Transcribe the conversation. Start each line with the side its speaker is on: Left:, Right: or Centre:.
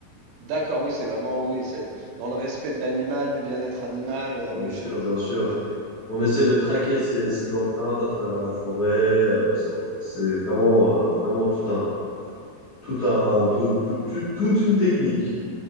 Right: D'accord, oui, c'est vraiment, oui, oui, c'est dans le respect de l'animal, du bien-être animal. euh,
Left: Bien
Right: oui,
Left: sûr,
Right: je,
Left: bien
Right: je
Left: sûr.
Right: vois tout à fait.
Left: On essaie de traquer ces, ces empreintes à travers la forêt. euh, ça- enfin, c'est vraiment, euh, vraiment tout un, tout un, tout, tout- tout- toute une technique.